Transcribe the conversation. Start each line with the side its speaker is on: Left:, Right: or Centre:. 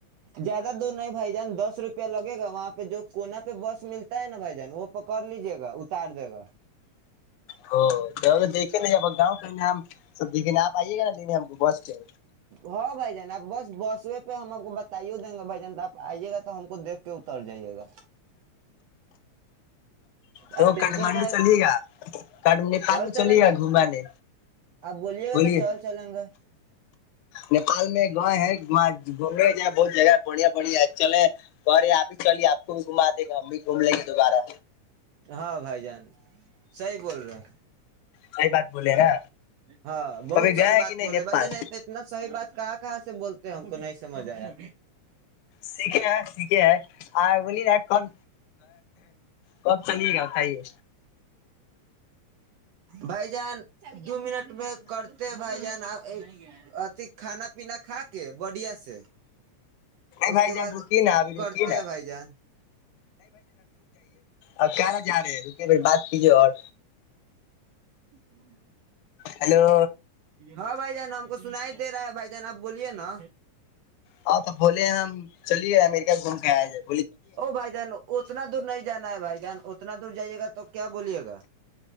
Right: زیادہ دور نہیں بھائی جان دس روپیہ لگے گا وہاں پہ جو کونا پہ بس ملتا ہے نا بھائی جان نوپکار لیجیے گا اتار دے گا
Left: ہو ج دیک <unintelligible> کتنے جا گؤ <unintelligible> نام سب د کنا آائیے گا لینے ہم کو بس اسٹڈ
Right: ہاں بھائی جان آپ بس بسوے پہ ہم آپ کو بتائیوں دیں گے بھائی جان آپ آئیے گا تو ہم کو دیکھ کے اتر جائیے گا
Left: تو
Right: آپ ٹینشن
Left: کاٹھمانڈو
Right: کا ہے
Left: چلیے گا نیپال
Right: چل
Left: میں
Right: چلیں
Left: چلیے گا
Right: گے
Left: گھمانے
Right: آپ گا
Left: بولیے
Right: تو چل چلیں گے
Left: نیپال میں گاؤ ہے وہاں گھومنے ج بہت جگہ بڑھیا بڑھیا چلے گے آپ ہی چلیے آپ تم گھا دے گا ہم بھی گھوم لیں گے دوبارہ
Right: ہاں بھائی جان صیح بول رہے
Left: صحیح بات بولے نا
Right: ہاں بہت
Left: کبھی
Right: سحی
Left: گئے ہیں
Right: بات
Left: کہ نہیں
Right: بولے
Left: نیپال
Right: بھائی ج نے تو اتنا صحی بات کہاں کہاں سے بولتا ہم کو نہیں سمجھ آیا
Left: سیھے ہے سیکھے ہے آ ب کن کب چلیے گا بتائیے
Right: بھائی جان دو منٹ میں کرتے بھائی جان ا کھانا پینا کھا کے بدیا سے اس
Left: بھائی
Right: کے
Left: جان
Right: بعد
Left: رکیے نا ابھی
Right: کرتے
Left: رکیے نا
Right: ہیں بھائی جان
Left: آپ خانہ جا رہے ہیں رکے پھر بات کیجیے اور
Right: <inaudible>
Left: ہیلو
Right: ہاں بھائی جان ہم کو سنا ہی دے رہا ہے بھائی جان آپ بولیے نا
Left: ہاں تو بھولے ہیں ہم چلیے امرہ گھوم کے آیا ج
Right: وہ بھائی جان اتنا دور نہیں جانا ہے بھائی جان اتنا دور جائیے گا تو کیا بولیے گا